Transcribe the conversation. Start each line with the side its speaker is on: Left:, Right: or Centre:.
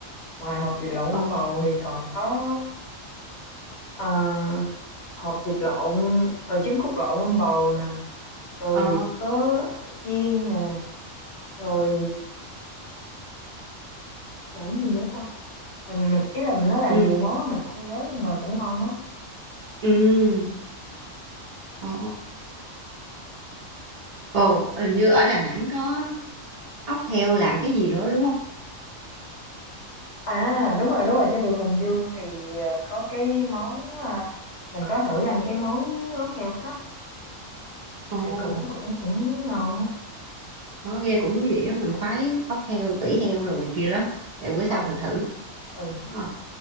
Left: ngoài hột vịt lộn
Right: Ồ,
Left: um bầu thì còn có ờ, hột vịt lộn ờ, trứng cút lộn um bầu nè rồi
Right: ờ,
Left: có chiên nè rồi làm gì nữa ta mình mình ý là nó làm
Right: ừ,
Left: nhiều món á, mình không nhớ mà cũng ngon lắm
Right: ừ. Ồ, ồ, hình như ở Đà Nẵng có ốc heo làm cái gì nữa đúng không
Left: à đúng rồi đúng rồi trên đường Hùng Vương thì ờ, có cái món ờ, mình có thử ăn cái món ốc heo hấp
Right: ồ
Left: thì cũng cũng cũng ngon á
Right: nó nghe cũng thú vị á mình khoái ốc heo tỉ heo đồ này kia lắm để bữa sau
Left: ờ
Right: mình thử
Left: ừ,
Right: Ờ,